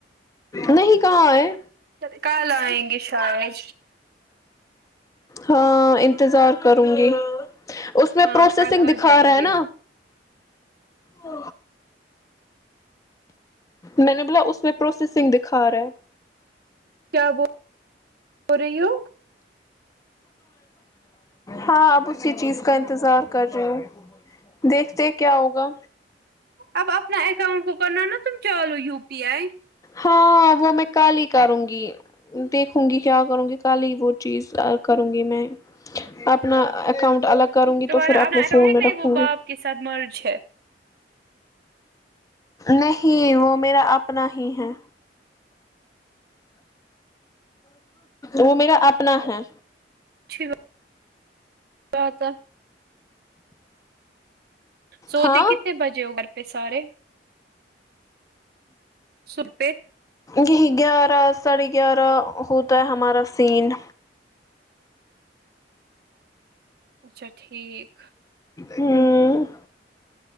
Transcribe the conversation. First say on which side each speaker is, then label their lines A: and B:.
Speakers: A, on the left; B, on the right.
A: نہیں کہاں ائے
B: کل آئیں گے شاید
A: ہاں انتظار کروں گی اس میں
B: ہاں
A: پروسیسنگ
B: کل آ
A: دکھا
B: جائیں
A: رہا
B: گے
A: ہے نا و میں نے بولا اس میں پروسیسنگ دکھا رہا ہے
B: کیا بول رہی ہو
A: ہاں اب اسی چیز کا انتظار کر رہی ہو دیکھتے ہے کیا ہوگا
B: اب اپنا اکاؤنٹ کو کرنا نا تم چالو یو پی آئی
A: ہاں وہ میں کل ہی کروں گی دیکھوں گی کیا کروں گی کل ہی وہ چیز کروں گی میں اپنا اکاؤنٹ الگ کروں گی
B: تمہارا
A: تو پھر
B: اپنا
A: اپنے
B: اکاؤنٹ
A: فون
B: ہے
A: میں
B: نہیں
A: رکھوں
B: وہ
A: گی
B: باپ کے ساتھ مرج ہے
A: نہیں وہ میرا اپنا ہی ہے وہ میرا اپنا ہے
B: اچھی <unintelligible> سوتی
A: ہاں
B: کتنے بجے ہو گھر پے سارے <unintelligible>
A: یہی گیارہ ساڑھے گیارہ ہوتا ہے ہمارا سین
B: اچھا ٹھیک
A: ہوں